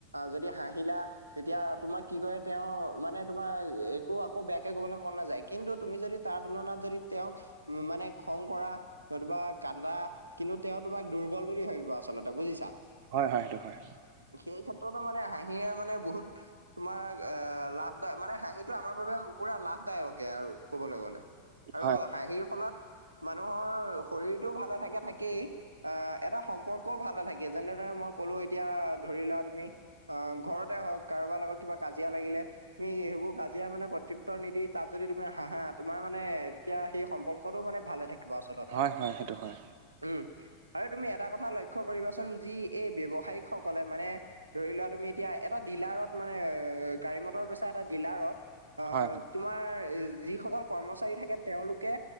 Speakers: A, on the right; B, on the right.
A: যদি হাঁহিলা। তেতিয়া তোমাক কি কৰে, তেওঁ মানে তোমাৰ একো আকৌ বেয়াকে ক'বলৈ মন নাযায়। কিন্তু তুমি যদি তাৰ তুলনাত যদি তেওঁক মানে খং কৰা নতুবা কান্দা কিন্তু তেওঁ তোমাক দুৰ্বল বুলি ভাবিব আচলতে বুজিছা।
B: হয় হয়, সেইটো হয়।
A: সেই ক্ষেত্ৰতো মানে হাঁহিয়ে মানে বহুত তোমাৰ অ', লাভদায় মানে হাঁহিটো আমাৰ বাবে পুৰা লাভদায়কে আৰু ক'বলৈ গ'লে। আৰু
B: হয়
A: হাঁহিৰ ফলত মানুহৰ শৰীৰটো ভালে থাকে থাকেই। আহ্ এটা সম্পৰ্কও ভাল নাথাকে, যেনেদৰে মই কলোঁ, এতিয়া ধৰি লোৱা তুমি। অ', ঘৰতে হওঁক, কাৰোবাৰ লগত কিবা কাজিয়া লাগিলে তুমি সেইবোৰ কাজিয়া কাজিয়াৰ মানে প্ৰত্যুত্তৰটো নিদি, তাত যদি তুমি হাঁহা, তোমাৰ মানে তেতিয়া সেই সম্পৰ্কটো মানে ভালে থাকে। আচলতে।
B: হয় হয় সেইটো হয়
A: উম্ আৰু তুমি এটা কথা লক্ষ্য কৰিবাচোন। যি এই ব্যৱসায়িকসকলে মানে ধৰি লোৱা। এতিয়া এটা ডিলাৰত মানে, গাড়ী মটৰ বেচা এটা ডিলাৰত
B: হয়
A: তোমাৰ যিসকল কৰ্মচাৰী থাকে, তেওঁলোকে।